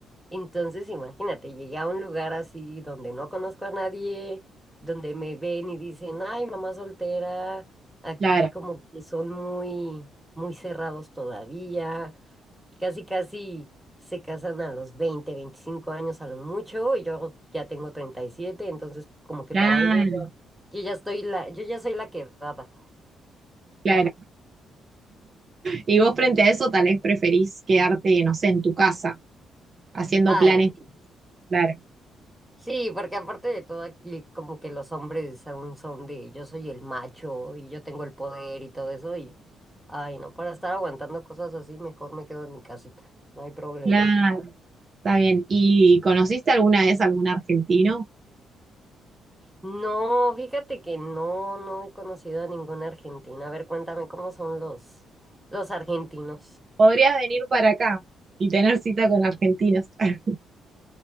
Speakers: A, in the centre; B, on the right.
A: Entonces, imagínate, llegué a un lugar así donde no conozco a nadie, donde me ven y dicen, ay, mamá soltera, aquí
B: claro,
A: como que son muy, muy cerrados todavía, casi, casi se casan a los 20, 25 años a lo mucho, y yo ya tengo 37, entonces como que
B: claro,
A: para ellos ya, yo ya estoy la, yo ya soy la quedada.
B: claro. Y vos frente a eso tal vez preferís quedarte, no sé, en tu casa. haciendo
A: Ay,
B: planes.
A: sí.
B: Claro,
A: Sí, porque aparte de todo aquí como que los hombres aún son de yo soy el macho y yo tengo el poder y todo eso y ay no, para estar aguantando cosas así mejor me quedo en mi casita, no hay problema.
B: claro, está bien. ¿Y conociste alguna vez algún argentino?
A: No, fíjate que no, no he conocido a ninguna argentina. A ver, cuéntame cómo son los los argentinos.
B: Podrías venir para acá y tener cita con argentinos. <laughs>